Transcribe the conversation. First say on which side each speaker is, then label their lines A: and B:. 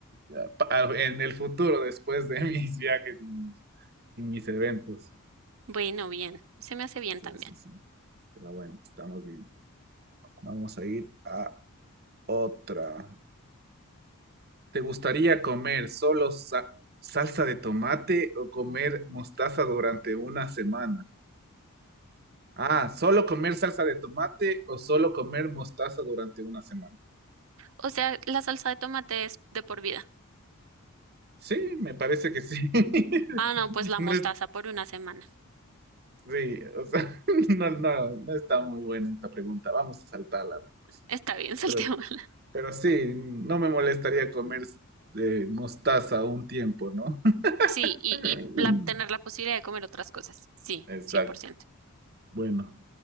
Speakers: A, on the right; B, on the right.
A: ya, pa- en el futuro, después de <laughs> mis viajes y mis, y mis eventos.
B: Bueno, bien, se me hace bien
A: Sí,
B: también.
A: sí, sí. Pero bueno, estamos bien. Vamos a ir a Otra. ¿Te gustaría comer solo sa- salsa de tomate o comer mostaza durante una semana? Ah, ¿solo comer salsa de tomate o solo comer mostaza durante una semana?
B: O sea, la salsa de tomate es de por vida.
A: Sí, me parece que sí. <laughs>
B: Ah, no, pues la
A: No
B: mostaza
A: es-
B: por una semana.
A: sí, o sea, <laughs> no, no, no está muy buena esta pregunta. Vamos a saltarla. ¿no?
B: Está bien, <laughs> saltemos.
A: Pero, pero sí, no me molestaría comer eh, mostaza un tiempo, ¿no? <laughs>
B: Sí, y, y la- tener la posibilidad de comer otras cosas. Sí,
A: Exacto.
B: cien por ciento
A: Bueno,